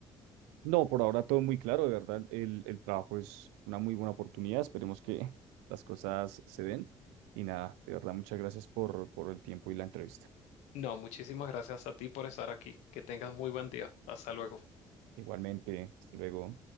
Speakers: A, on the right; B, on the left.
A: No, por ahora todo muy claro, de verdad, el, el trabajo es una muy buena oportunidad, esperemos que <laughs> las cosas se den. Y nada, de verdad, muchas gracias por, por el tiempo y la entrevista.
B: No, muchísimas gracias a ti por estar aquí. Que tengas muy buen día. Hasta luego.
A: Igualmente, hasta luego.